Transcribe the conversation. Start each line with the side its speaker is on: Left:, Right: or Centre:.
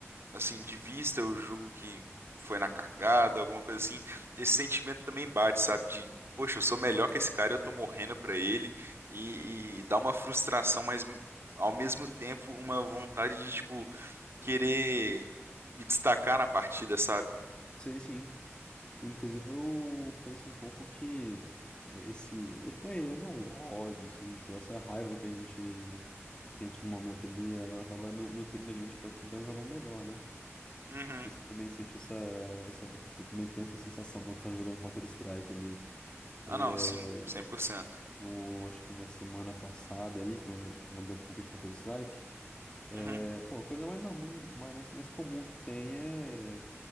Right: assim, de vista eu julgo que foi na cagada, alguma coisa assim, esse sentimento também bate, sabe? De, poxa, eu sou melhor que esse cara, eu tô morrendo pra ele, e, e dá uma frustração, mas ao mesmo tempo uma vontade de, tipo, querer me destacar na partida, sabe?
Left: Sei sim. Inclusive, eu penso um pouco que é, esse, esse daí não é um ódio, assim, tipo, essa raiva que a gente sente no momento ali, ela acaba nu- nutrindo a gente pra tentar jogar melhor, né?
Right: Uhum.
Left: sei se você também sente essa, essa. Você também tem essa sensação quando você tá jogando Counter-Strike ali.
Right: Ah,
Left: É,
Right: não, sim, 100%.
Left: no, acho que na semana passada aí, que eu joguei um pouco de Counter-Strike. É,
Right: Uhum,
Left: pô, a coisa mais normal, mais, mais mais comum que tem é